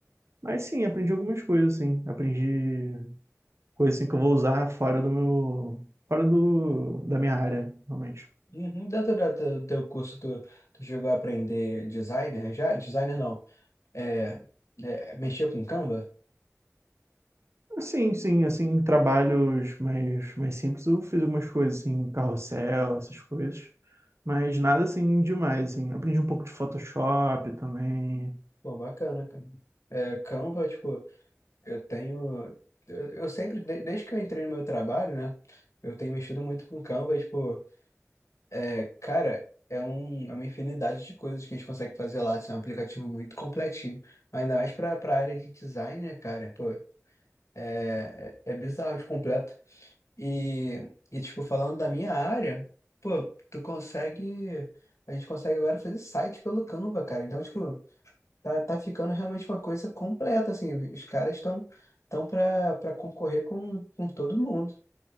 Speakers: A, on the right (about 60°); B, on the left (about 65°).
A: Mas sim, aprendi algumas coisas, assim. Aprendi coisas assim, que eu vou usar fora do meu, fora do, da minha área, realmente.
B: Uhum. Dentro da- do teu curso, tu, tu chegou a aprender designer já? Designer não. É, é, mexer com Canva?
A: Sim, sim, assim, em trabalhos mais, mais simples, eu fiz algumas coisas, assim, carrossel, essas coisas, mas nada, assim, demais, assim, aprendi um pouco de Photoshop também,
B: Pô, bacana, cara. É, Canva, tipo. Eu tenho. Eu eu sempre, de- desde que eu entrei no meu trabalho, né? Eu tenho mexido muito com Canva, tipo, é, cara, é, um, é uma infinidade de coisas que a gente consegue fazer lá. Assim, é um aplicativo muito completinho. Mas ainda mais pra, pra área de design, né, cara? Pô, é, é é bizarro de completo. E, e, tipo, falando da minha área, pô, tu consegue. A gente consegue agora fazer site pelo Canva, cara. Então, tipo. Tá, tá ficando realmente uma coisa completa, assim. Os caras estão tão para para concorrer com, com todo mundo.